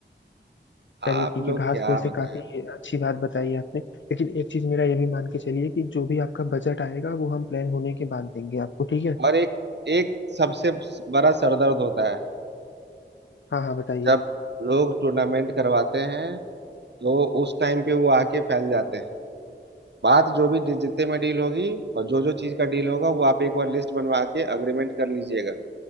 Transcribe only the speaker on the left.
चलिए
ठीक
है घास
तो ऐसे
काफी अच्छी बात बताई है आपने लेकिन एक चीज मेरा ये भी मान के चलिए कि जो भी आपका बजट आएगा वो हम प्लान होने के बाद देंगे आपको ठीक है
हाँ हाँ बताइए